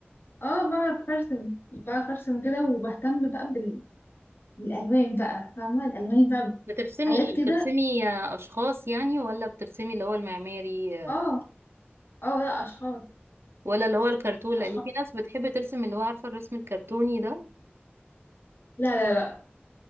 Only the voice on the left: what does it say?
اه بعرف ارسم بعرف ارسم كده وبهتم بقى بال... بالالوان بقى فاهمة الالوان بقى
حاجات
كده
اه اه لا اشخاص
اشخاص
لا لا لا